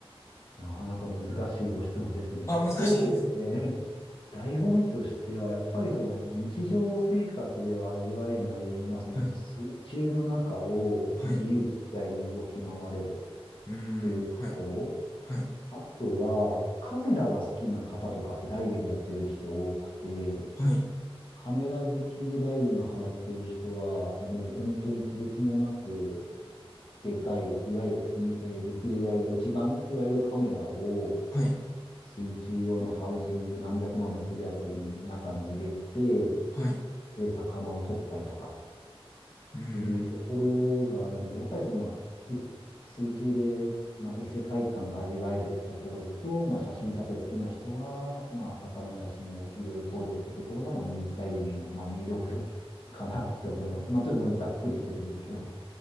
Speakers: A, on the left; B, on the left.
A: あ、なかなか難しいご質問ですね。
B: あ、難しいです。
A: そうですね。<laughs> 醍醐味としては、やっぱりその日常生活では味わえない、まあその水中の中を自由自在に動き回れる。
B: <laughs> はい。はい。うーん。
A: っていうところ。
B: はい。はい。
A: あとは、カメラが好きな方とかってダイビングやってる人多くて、
B: はい。
A: カメラ好きでダイビングハマってる人は、もう本当にとてつもなくでかい、いわゆるに、えー陸で言われる一眼って言われるカメラを、
B: はい。
A: 水中用のハウジング何百万もするやつに中に入れて、
B: はい。
A: で、魚を取ったりとかっていうとこ
B: うーん。
A: ろがあるので、やっぱりその、まあ、い水中で、まあ、異世界観が味わえるってところと、まあ、写真撮影好きな人は、まあ、魚の写真をいろいろ撮るってところが、まあ、ミダイビングの、まあ、魅力 <laughs> かなって思います。まあ、ちょっとざっくりしてるんですけど。